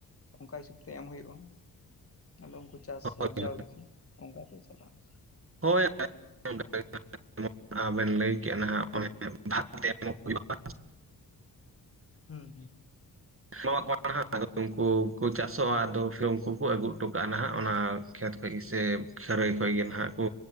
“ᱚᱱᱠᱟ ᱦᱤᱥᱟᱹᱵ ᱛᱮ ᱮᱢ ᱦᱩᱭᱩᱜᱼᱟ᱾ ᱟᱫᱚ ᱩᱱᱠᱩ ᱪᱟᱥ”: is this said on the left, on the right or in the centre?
Left